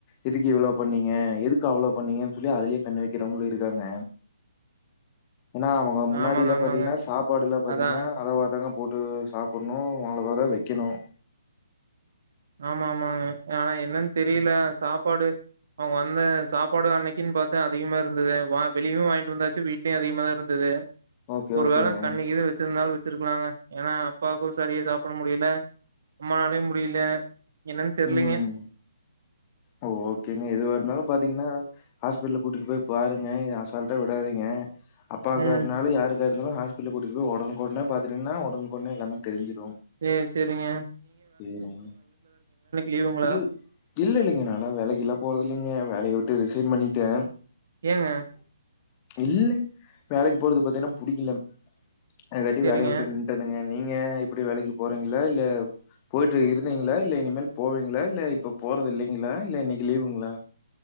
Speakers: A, on the left; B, on the right.
A: எதுக்கு இவ்ளோ பண்ணீங்க எதுக்கு அவ்ளோ பண்ணீங்க சொல்லி அதுலயே கண்ண வைக்கிறவங்களு இருக்காங்க ஏனா அவங்க முன்னாடியில
B: ஆமாங்க ஆமாங்க
A: பாத்தீங்கன்னா சாப்பாடுல பாத்தீங்கன்னா
B: அதா
A: அளவாதங்க போட்டு சாப்டணு அளவாதா வைக்கணு
B: ஆமா ஆமாங்க ஆனா என்னன்னு தெரியல சாப்பாடு அவங்க வந்த சாப்பாடு அன்னைக்குன் பார்த்து அதிகமாக இருந்தது வா வெளியு வாய்ன்ட்டு வந்தாச்சு வீட்லேயு அதிகமாக தா இருந்தது
A: ஓகே,
B: ஒரு
A: ஓகேங்க.
B: வேள கண்ணு கிது வச்சிருந்தாலு வச்சிருக்கலாங்க ஏன்னா அப்பாவுக்கு சரியே சாப்ட முடியல அம்மானாலேயு முடியல என்னன்னு தெர்லீங்க
A: ம். ஓ ஓகேங்க எதுவா இருந்தாலு பாத்தீங்கன்னா ஹாஸ்பிட்டல்ல கூட்டு போய் பாருங்க அசால்ட்டா விடாதிங்க அப்பாக்கனாலு
B: ம்.
A: யாருக் துவா‌ இருந்தாலு ஹாஸ்பிட்டல் கூட்டு போய் உடன்குடனே பாத்தீங்கன்னா உடன்குடனே எல்லாமேதெரிஞ்சு
B: ஏ செரிங்க
A: செரிங்
B: லீவுங்களா?
A: இல்ல ல் இல்லலிங்க நாளா வேலைக்குல்லா போறத இல்லைங்க வேலைய விட் ட்டு ரிசைன் பண்ணிட்டே
B: ஏங்க
A: இல்ல வேலைக்கு போறது பாத்தீங்கன்னா புடிக்கல அது காட்டி
B: சரிங்க.
A: வேலைய விட்டு நின்ட்டனுங்க நீங்க எப்டி வேலைக்கு போறீங்களா இல்ல போயிட்டு இருந்தீங்களா இல்ல இனிமேல் போவீங்களா இல்ல இப்ப போறது இல்லைங்களா இல்ல இன்னைக்கு லீவுங்களா